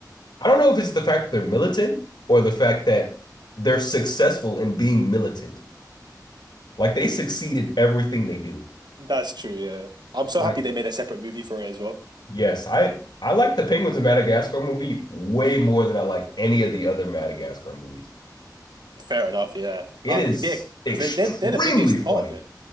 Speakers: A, on the left; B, on the right.
A: I don't know if it's the fact that they're militant or the fact that they're successful in being militant. Like they succeed in everything they do.
B: <laughs> that's true. Yeah, I'm so
A: Like,
B: happy they made a separate movie for it as well.
A: yes, I I like the Penguins of Madagascar movie way more than I like any of the other Madagascar movies.
B: Fair enough. Yeah,
A: It
B: uh,
A: is
B: yeah,
A: extremely
B: because they they're, they're the biggest
A: funny.
B: part of it.